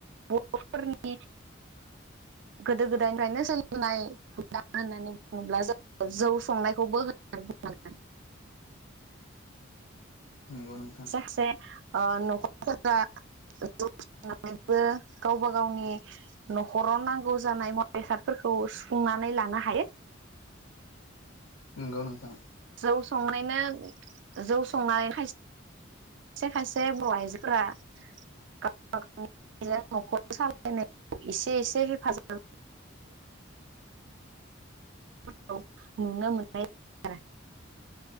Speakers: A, on the right; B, on the left.
A: बर'फोरनि गोदो गोदायनिफ्रायनो सोलिबोनाय होननानै बुङोब्ला जों जौ संनायखौबो होननांगोन
B: नंगौ नोंथां
A: से ओ न'खरफोरा जौ <unintelligible> नैबो गावबा गावनि न'खराव नांगौ जानाय मुवा बेसादफोरखौ सुफुंनानै लानो हायो।
B: नंगौ नोंथां
A: जौ संनायनो जौ संनानै खायसे खायसे खायसे बर' आइजोफोरा गावबा गावनि न'खर सालायनायाव एसे एसे हेफाजाब <unintelligible> नुनो मोननाय आरो।